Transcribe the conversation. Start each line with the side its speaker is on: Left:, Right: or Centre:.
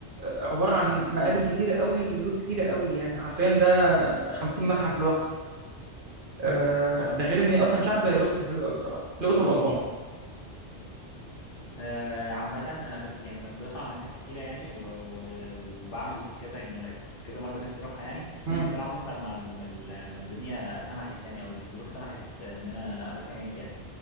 Right: عباره عن مقابر كتيره قوي لملوك كتيره قوي يعني حرفيا ده 50 متحف لوحده آه،
Left: اه
Right: ده غير
Left: اه آه.
Right: ان اصلا شعب الاقصر حلو قوي بصراحه الاقصر واسوان
Left: آه، عامة أنا كنت يعني أنا كنت بسمع عن متاحف كتيرة يعني و... و... وبعمل كذا يعني أنا كنت كذا مرة نفسي أروحها يعني
Right: امم
Left: بس أنا عمري ما ما ما ما الدنيا سمحت يعني أو الظروف سمحت إن أنا أروح هناك يعني